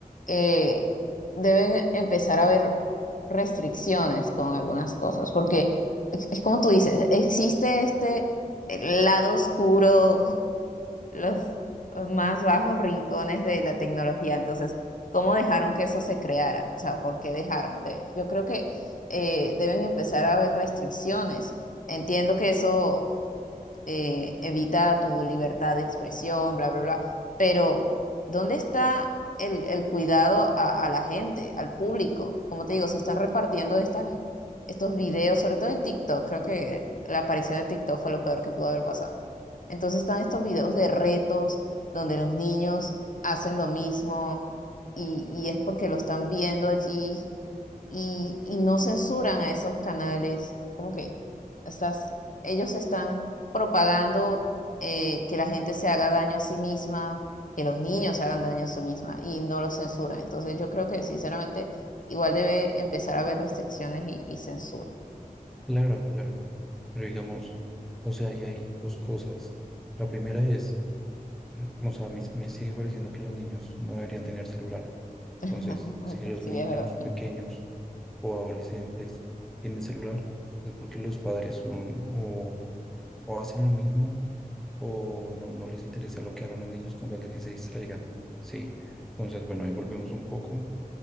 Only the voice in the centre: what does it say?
Claro, claro. Pero digamos, o sea, ahí hay dos cosas. La primera es, mm, o sea, me, me sigue pareciendo que los niños no deberían tener celular.
Entonces, si los
niños
pequeños o adolescentes tienen celular, es porque los padres son o, o hacen lo mismo o no, no les interesa lo que hagan los niños con tal de que se distraigan, ¿sí? Entonces, bueno, ahí volvemos un poco